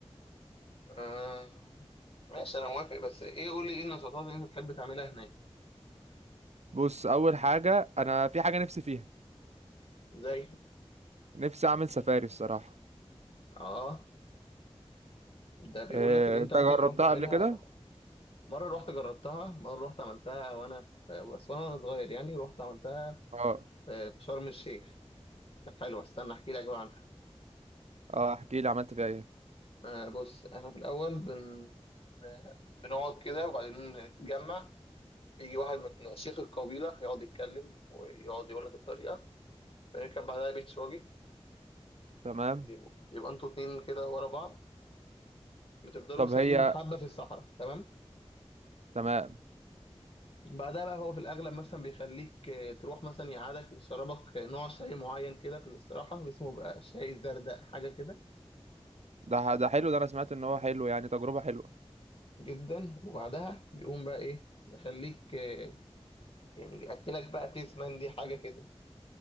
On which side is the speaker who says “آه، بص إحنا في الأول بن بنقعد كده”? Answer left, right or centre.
Left